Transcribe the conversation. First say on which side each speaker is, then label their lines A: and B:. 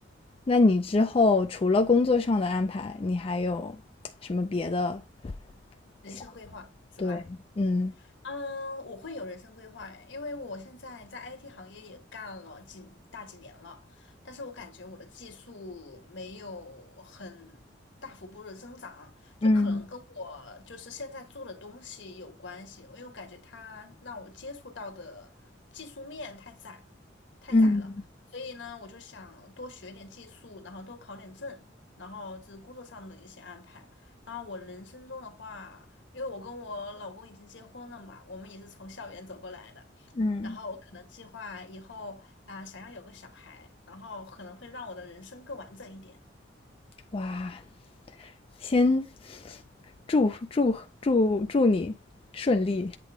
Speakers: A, on the left; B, on the left.
A: 那你之后除了工作上的安排，你还有什么别的
B: 人生规划是吧？
A: 想？对，嗯
B: 嗯，我会有人生规划，因为我现在在 IT 行业也干了几大几年了，但是我感觉我的技术没有很大幅度的增长，就可能跟我就是现在做的东西有关系，
A: 嗯
B: 因为我感觉它让我接触到的技术面太窄，太窄了，
A: 嗯
B: 所以呢，我就想多学点技术，然后多考点证，然后这是工作上的一些安排，然后我人生中的话。因为我跟我老公已经结婚了嘛，我们也是从校园走过来的。
A: 嗯，
B: 然后我可能计划以后啊，想要有个小孩，然后可能会让我的人生更完整一点。
A: 哇，先祝祝祝祝你顺利。